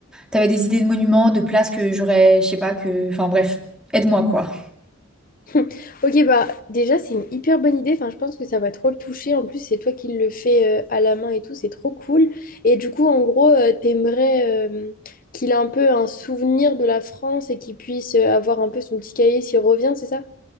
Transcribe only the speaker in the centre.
avais des idées de monuments, de places que j'aurais, je sais pas, que... Enfin bref, aide-moi, quoi.